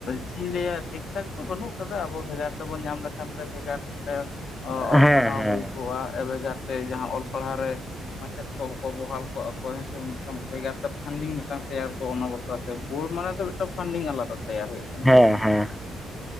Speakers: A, on the left (about 65°); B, in the centre.
A: ᱪᱮᱜ ᱤᱧ ᱞᱟᱹᱭᱟ ᱴᱷᱤᱠᱴᱷᱟᱠ ᱫᱚ ᱵᱟᱹᱱᱩᱜ ᱠᱟᱫᱟ ᱟᱵᱚ ᱵᱷᱮᱜᱟᱨ ᱛᱮᱵᱚᱱ ᱧᱟᱢ ᱞᱮᱠᱷᱟᱱ ᱛᱮ ᱵᱷᱮᱜᱟᱨ ᱛᱮ
B: ᱦᱮᱸ
A: ᱚᱞ ᱯᱟᱲᱦᱟᱣ
B: ᱦᱮᱸ
A: ᱦᱩᱭ ᱠᱚᱜᱼᱟ ᱮ ᱵᱷᱮᱜᱟᱨᱛᱮ ᱡᱟᱦᱟᱸ ᱚᱞ ᱯᱟᱲᱦᱟᱣ ᱨᱮ ᱢᱟᱪᱮᱫ ᱠᱚᱠᱚ ᱵᱚᱦᱟᱞ ᱠᱚᱜᱼᱟ ᱠᱚ ᱦᱮᱸ ᱥᱮ ᱢᱤᱫᱴᱟᱝ ᱵᱷᱮᱜᱟᱨ ᱛᱮ ᱯᱷᱟᱱᱰᱤᱝ ᱢᱤᱜᱴᱟᱝ ᱛᱮᱭᱟᱨ ᱠᱚ ᱚᱱᱟ ᱵᱟᱠᱷᱨᱟᱛᱮ ᱚᱞ ᱢᱟᱱᱮ ᱛᱚ ᱢᱤᱫᱴᱟᱝ ᱯᱷᱟᱱᱰᱤᱝ ᱟᱞᱟᱫᱟ ᱛᱮᱭᱟᱨ ᱦᱩᱭᱩᱜ ᱠᱟᱱᱟ
B: ᱦᱮᱸ ᱦᱮᱸ